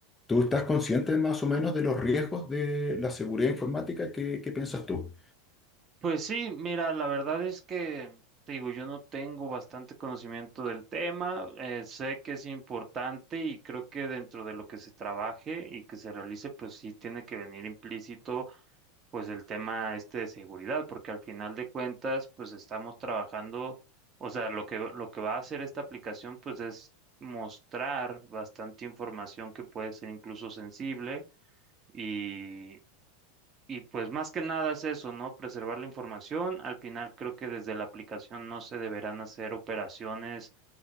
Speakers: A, on the left; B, on the right.
A: ¿Tú estás consciente más o menos de los riesgos de la seguridad informática? ¿Qué, qué piensas tú?
B: Pues sí, mira, la verdad es que, te digo, yo no tengo bastante conocimiento del tema, eh, sé que es importante y creo que dentro de lo que se trabaje y que se realice, pues sí tiene que venir implícito pues el tema este de seguridad, porque al final de cuentas, pues estamos trabajando, o sea, lo que, lo que va a hacer esta aplicación, pues es mostrar bastante información que puede ser incluso sensible y, y pues más que nada es eso, ¿no? Preservar la información. Al final creo que desde la aplicación no se deberán hacer operaciones